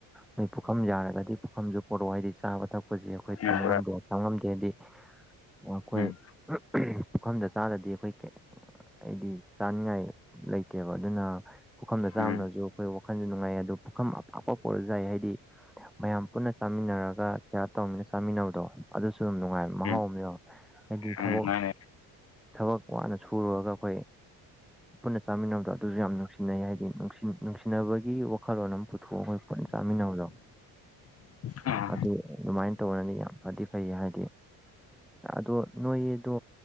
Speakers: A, in the centre; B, on the left (about 40°).
A: ꯅꯣꯏ ꯄꯨꯈꯝ ꯌꯥꯔꯒꯗꯤ ꯄꯨꯈꯝꯁꯨ ꯄꯣꯔꯛꯑꯣ ꯍꯥꯏꯗꯤ ꯆꯥꯕ ꯊꯛꯄꯁꯦ ꯑꯩꯈꯣꯏ ꯇꯝꯕ
B: ꯎꯝ
A: ꯉꯝꯗꯦ ꯇꯝ ꯉꯝꯗꯦ ꯍꯥꯏꯗꯤ ꯑꯩꯈꯣꯏ
B: ꯎꯝ
A: ꯄꯨꯈꯝꯗ ꯆꯥꯗꯗꯤ ꯑꯩꯈꯣꯏ ꯑꯩꯗꯤ ꯆꯥꯅꯤꯡꯉꯥꯏ ꯂꯩꯇꯦꯕ ꯑꯗꯨꯅ ꯄꯨꯈꯝꯗ ꯆꯥꯕꯅꯁꯨ
B: ꯎꯝ
A: ꯑꯩꯈꯣꯏ ꯋꯥꯈꯟꯁꯨ ꯅꯨꯡꯉꯥꯏ ꯑꯗꯨ ꯄꯨꯈꯝ ꯑꯄꯥꯛꯄ ꯄꯨꯔꯁꯨ ꯌꯥꯏ ꯍꯥꯏꯗꯤ ꯃꯌꯥꯝ ꯄꯨꯟꯅ ꯆꯥꯃꯤꯟꯅꯔꯒ ꯁꯤꯌꯥꯔ ꯇꯧꯃꯤꯟꯅ ꯆꯥꯃꯤꯟꯅꯕꯗꯣ ꯑꯗꯨꯁꯨ ꯌꯥꯝ ꯅꯨꯡꯉꯥꯏꯕ ꯃꯍꯥꯎ
B: ꯎꯝ
A: ꯑꯃꯅꯦꯕ ꯍꯥꯏꯗꯤ ꯊꯕꯛ
B: ꯎꯝ ꯃꯥꯅꯦ
A: ꯊꯕꯛ ꯋꯥꯅ ꯁꯨꯔꯒ ꯑꯩꯈꯣꯏ ꯄꯨꯟꯅ ꯆꯥꯃꯤꯟꯅꯕꯗꯣ ꯑꯗꯨꯁꯨ ꯌꯥꯝ ꯅꯨꯡꯁꯤꯅꯩ ꯍꯥꯏꯗꯤ ꯅꯨꯡꯁꯤꯅꯕꯒꯤ ꯋꯥꯈꯜꯂꯣꯟ ꯑꯃ ꯄꯨꯊꯣꯛꯑꯒ ꯑꯩꯈꯣꯏ ꯄꯨꯟꯅ ꯆꯥꯃꯤꯟꯅꯕꯗꯣ
B: ꯑ
A: ꯑꯗꯨ ꯑꯗꯨꯃꯥꯏꯅ ꯇꯧꯅꯗꯤ ꯌꯥꯝ ꯐꯗꯤ ꯐꯩ ꯍꯥꯏꯗꯤ ꯑꯗꯣ ꯅꯣꯏꯗꯣ